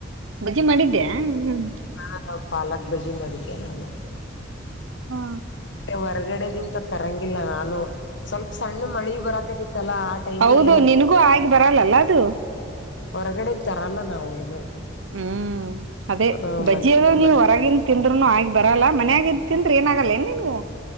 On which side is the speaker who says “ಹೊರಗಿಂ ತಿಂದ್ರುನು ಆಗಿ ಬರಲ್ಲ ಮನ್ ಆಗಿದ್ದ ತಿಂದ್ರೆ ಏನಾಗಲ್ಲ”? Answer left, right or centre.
Right